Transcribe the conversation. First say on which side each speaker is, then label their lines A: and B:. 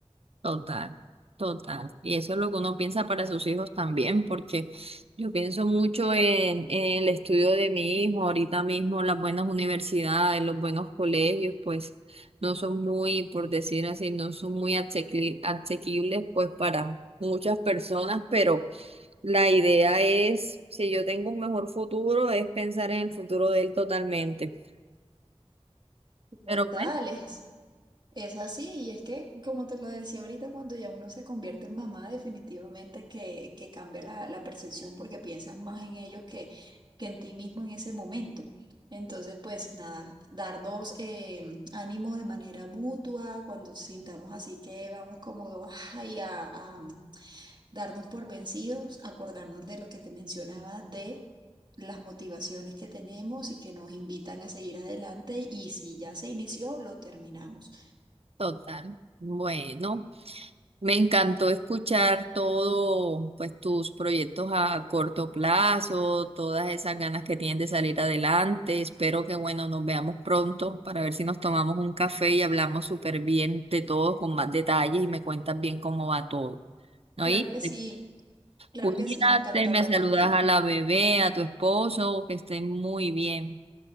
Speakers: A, on the right (about 60°); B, on the right (about 40°).
A: Total, total. Y eso es lo que uno piensa para sus hijos también, porque yo pienso mucho en, en el estudio de mi hijo, ahorita mismo las buenas universidades, los buenos colegios, pues no son muy, por decir así, no son muy asequi- asequibles pues para muchas personas, pero la idea es, si yo tengo un mejor futuro, es pensar en el futuro de él totalmente.
B: Totales.
A: Pero bueno,
B: Es así, y es que, como te lo decía ahorita, cuando ya uno se convierte en mamá, definitivamente que, que cambia la, la percepción porque piensas más en ellos que, que en ti mismo en ese momento. Entonces, pues nada, darnos eh, ánimo de manera mutua, cuando sintamos así que vamos como ay, a, a mm, darnos por vencidos, acordarnos de lo que te mencionaba de las motivaciones que tenemos y que nos invitan a seguir adelante, y si ya se inició, lo terminamos.
A: total. Bueno. Me encantó escuchar todo, pues tus proyectos a corto plazo, todas esas ganas que tienes de salir adelante. Espero que, bueno, nos veamos pronto para ver si nos tomamos un café y hablamos súper bien de todo con más detalles y me cuentas bien cómo va todo. ¿No?
B: Claro
A: Y
B: que sí, claro
A: cuídate,
B: que sí, me encantó
A: me
B: hablar
A: saludas
B: contigo.
A: a la bebé, a tu esposo, que estén muy bien.